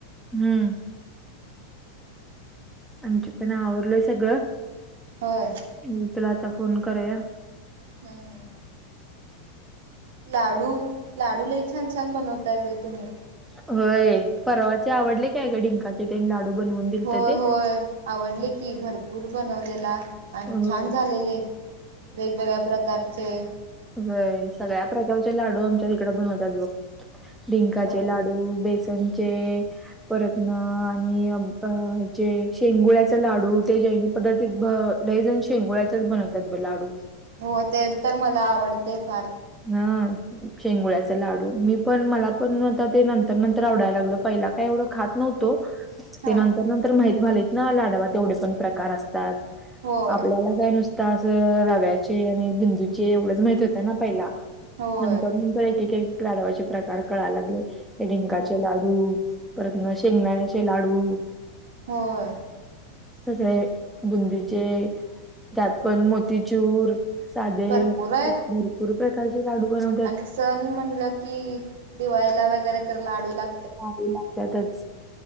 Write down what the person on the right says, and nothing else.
होय.
हम्म हम्म. लाडू लाडू लई छान छान बनवताय बाई तुम्ही.
होय
होय आवडले की भरपूर बनवलेला आणि
छान झालेले वेगवेगळ्या प्रकारचे
हो
हो ते तर मला आवडते फार.
हा
होय
होय
हो
होय.
भरपूर आहेत
आणि सण म्हणलं की दिवाळीला वगैरे तर लाडू लाग